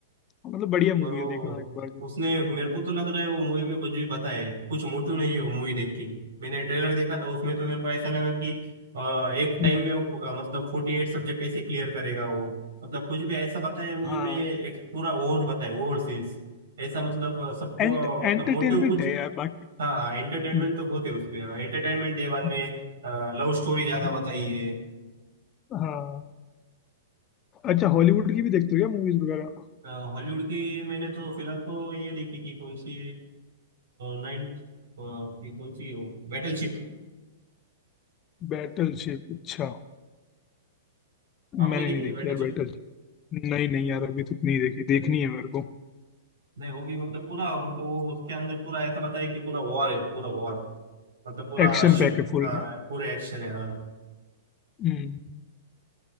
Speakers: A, on the left (about 25°); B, on the right (about 60°).
A: मतलब बढ़िया मूवी
B: पर वो
A: है देखना एक बार जरूर
B: उसने मेरे को तो लग रहा है वो मूवी में कुछ भी बताया कुछ मोटिव नहीं है वो मूवी देख के मैंने ट्रेलर देखा था उसमें तो मेरे को ऐसा लगा कि अ, एक टाइम
A: हम्म
B: में वो, अ, मतलब फोर्टी एट सब्जेक्ट कैसे क्लियर करेगा वो मतलब कुछ भी ऐसा बताया मूवी
A: हाँ
B: में एक पूरा ओवर बताया ओवर सेल्स ऐसा मतलब अ, सबको
A: एंट
B: अ,
A: एंटरटेनमेंट
B: मतलब मोटिव कुछ
A: है यार बाकी
B: हाँ एंटरटेनमेंट
A: हम्म
B: तो बहुत है उसमें एंटरटेनमेंट है बाद
A: हम्म
B: में लव स्टोरी ज्यादा
A: हम्म,
B: बताई है
A: हाँ अच्छा हॉलीवुड की भी देखते हो क्या मूवीज वगैरह
B: हॉलीवुड की मैंने तो फिलहाल तो ये देखी कि कौन सी नाइन पीपल की वो बैटलशिप
A: बैटलशिप अच्छा मैंने
B: आपने देखी
A: नहीं देखी
B: है बैटलशिप
A: यार बैटलशिप नहीं नहीं यार अभी तक नहीं देखी देखनी है मेरे को
B: नहीं वो भी मतलब पूरा मतलब वो उसके अंदर पूरा ऐसा बताया कि पूरा वॉर है पूरा वॉर मतलब पूरा
A: एक्शन
B: शिप
A: पैक है फुल
B: हाँ
A: ना
B: पूरे एक्शन है हाँ
A: हम्म